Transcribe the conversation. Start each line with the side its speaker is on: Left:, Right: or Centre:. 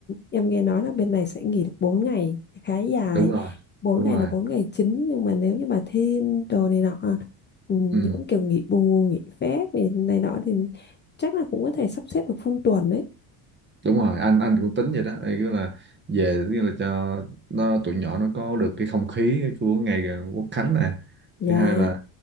Left: em nghe nói là bên này sẽ nghỉ được bốn ngày khá dài.
Right: đúng rồi
Left: bốn
Right: đúng
Left: ngày
Right: rồi
Left: là 4 ngày chính nhưng mà nếu như mà thêm đồ này nọ ừ, những
Right: ừ
Left: kiểu nghỉ bù, nghỉ phép này, này nọ thì chắc là cũng có thể sắp xếp được full tuần đấy.
Right: đúng rồi anh anh cũng tính vậy đó Thì cứ là về tức là cho nó tụi nhỏ nó có được cái không khí của ngày Quốc Khánh này
Left: Dạ,
Right: thứ hai là